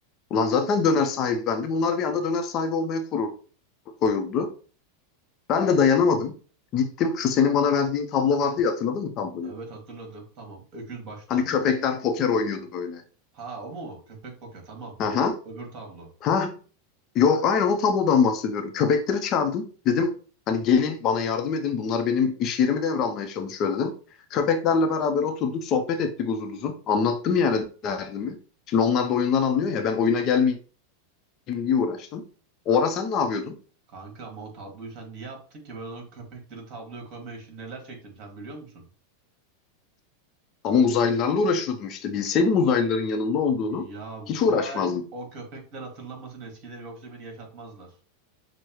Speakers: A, on the left; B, on the right.
A: Ulan zaten döner sahibi bendim. Bunlar bir anda döner sahibi olmaya koru- koyuldu. Ben de dayanamadım. Gittim şu senin bana verdiğin tablo vardı ya hatırladın mı tabloyu?
B: Evet hatırladım tamam. Öküz baş tablo.
A: Hani köpekler poker oynuyordu böyle.
B: Ha o mu? Köpek poke tamam.
A: Aha
B: Öbür tablo.
A: Ha Yok aynen o tablodan bahsediyorum. Köpekleri çağırdım. Dedim hani gelin bana yardım edin. Bunlar benim iş yerimi devralmaya çalışıyor dedim. Köpeklerle beraber oturduk sohbet ettik uzun uzun. Anlattım yani derdimi. Şimdi onlar da oyundan anlıyor ya ben oyuna gelmeyeyim diye uğraştım. O ara sen ne yapıyordun?
B: Kanka ama o tabloyu sen niye yaptın ki? Ben o köpekleri tabloya koymaya için neler çektim sen biliyor musun?
A: Ama uzaylılarla uğraşıyordum işte. Bilseydim uzaylıların yanında olduğunu
B: Ya
A: hiç
B: dua
A: uğraşmazdım.
B: et o köpekler hatırlamasın eskileri yoksa beni yaşatmazlar.